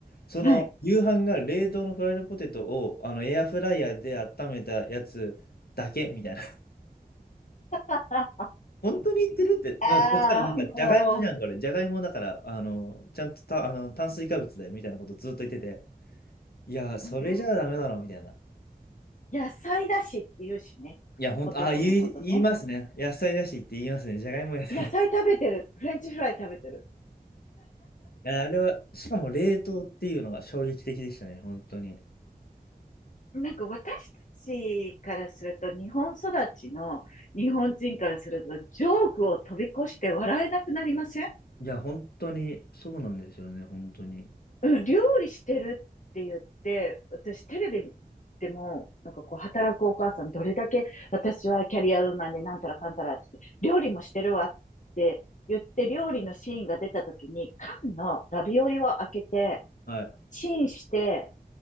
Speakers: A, on the left (about 75°); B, on the left (about 50°).
A: その夕飯が冷凍のフライドポテトをあのエアフライヤーで温めたやつだけみたいな
B: はい。あ、
A: 本当に言ってるって、
B: ああ、
A: まあ、そしたらなんか、
B: も
A: じゃがいもじゃん、これ。じゃがいもだから、あの、ちゃんとた、あの、炭水化物だよ、みたいなことずっと言ってて、いや、それじゃダメだろ、
B: う、あ
A: みたいな。
B: ー野菜だしって言うしね。
A: いや、本当、
B: ポテトのことね。
A: あ、言い、言いますね。野菜だしって言いますね。じゃがいも野菜だ。
B: 野菜食べてる。
A: い
B: フレンチフライ食べてる。
A: やあれは、しかも冷凍っていうのが衝撃的でしたね、本当に。
B: なんか私たちからすると、日本育ちの日本人からすると、ジョークを飛び越して笑えなくなりません
A: いや、本当に、そうなんですよね、本当に。
B: うん、料理してるって言って、私テレビでも、なんかこう、働くお母さん、どれだけ私はキャリアウーマンでなんたらかんたらって言って、料理もしてるわって言って、料理のシーンが出た時に、缶のラビオリを開けて、
A: はい。
B: チンして、